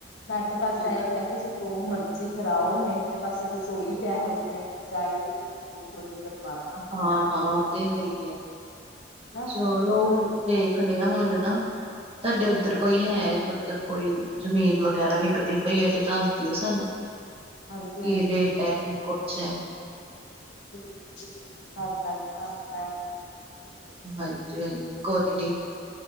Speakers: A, on the left; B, on the right.
A: ਮੈਂ ਤੇ ਬਸ
B: ਹੂੰ
A: ਇਹ ਹੀ ਕਿਹਾ, ਤੁਸੀਂ ਜੋ ਮਰ ਜੋ ਮਰਜ਼ੀ ਕਰਾਓ, ਮੈਨੂੰ ਤੇ ਬਸ ਰਸੋਈ ਜ ਇਹ ਹੋ ਜਿਹੀ ਮੈਨੂੰ ਚਾਹੀਦੀ। ਹੋਰ ਜੀ ਬਣਵਾ
B: ਹਾਂ -ਹਾਂ ਉਹ ਤੇ ਹੈ ਹੀ ਹੈ
A: ਹਨਾ
B: ਚਲੋ ਵੇਖਦੇ ਆ, ਹੁਣ ਨਾ ਤਾਡੇ ਉੱਧਰ ਕੋਈ ਹੈ ਮਤਲਬ, ਕੋਈ ਜ਼ਮੀਨ ਵਗੈਰਾ ਵਿਕਦੀ ਪਈ ਹੈ ਤੇ, ਦੱਸ ਦਿਓ ਸਾਨੂੰ।
A: ਹਾਂਜੀ
B: ਕੀ
A: ਹਾਂਜੀ
B: ਰੇਟ
A: ਬਿਲਕੁਲ
B: ਹੈ, ਕੀ ਕੁਛ ਹੈ?
A: ਬਿਲਕੁਲ, ਬਿਲਕੁਲ ਦੱਸਦਾਂਗੀ ਤਾਨੂੰ ਮੈਂ।
B: ਹਾਂਜੀ ਹਾਂਜੀ, ਕੋਈ ਨੀ।